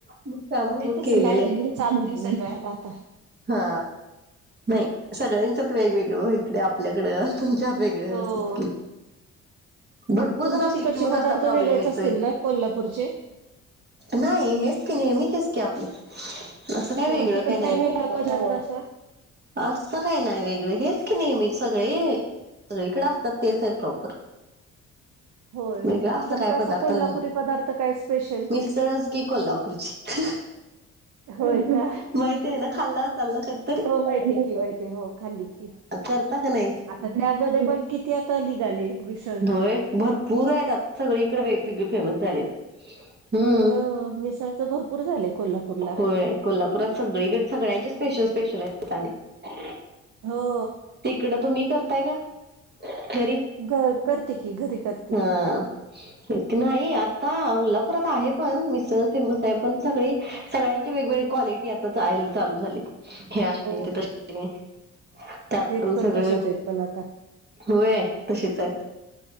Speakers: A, on the right; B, on the right.
A: मग त्यामुळे
B: नाही
A: मग
B: तसं
A: केलेलं
B: काय नाही चालतय, सगळ्याला आता.
A: हा नाही सगळ्यांच्यात वेगवेगळं हो इकडे आपल्याकडं. तुमच्यात वेगळे
B: हो
A: असच की. भरपूर
B: तुमचे
A: जण असतील
B: तिकडचे
A: कि मग
B: पदार्थ
A: असा प्रॉब्लेम
B: वेगळेच
A: येतोय.
B: असतील ना कोल्हापूरचे
A: नाही हेच की नेहमीचेच की आपले असं काही
B: हो
A: वेगळं
B: तिकड
A: काही नाही.
B: काय वेगळा पदार्थ असा <unintelligible>
A: असं काही नाही वेगळं हेच की नेहमी सगळे. इकडे असतात तेच आहेत प्रॉपर.
B: होय
A: वेगळा असा
B: तुमचा
A: काय पदार्थ
B: कोल्हापुरी
A: नाही
B: पदार्थ काय स्पेशल
A: मीच तळच की कोल्हापूरची.
B: होय का?
A: माहिती आहे ना खाल्ला असाल ना कधीतरी
B: हो माहिती की, माहिती हो खाल्ली की.
A: करता का नाही?
B: आता त्यामध्ये पण किती आता लिघाले विष
A: धुळे भरपूर आहेत आता सगळी इकडे वेगवेगळे फेमस झालेत. हम्म
B: ह मिसळच भरपूर झालंय कोल्हापूरला.
A: होय कोल्हापुरात सगळीक सगळ्यांचे स्पेशल, स्पेशल आहेत <unintelligible>
B: हो!
A: तिकडं तुम्ही करताय का घरी?
B: घरात करते की घरी करते
A: हा
B: की.
A: नाही आता कोल्हापुरात आहे पण मिसळ फेमस आहे पण सगळी सगळ्यां ती वेगवेगळे क्वालिटी आता चालू झाली <unintelligible>
B: हो
A: त्यात
B: रेट
A: पण सगळं
B: तसेच आहेत पण आता
A: होय तसेच आहेत.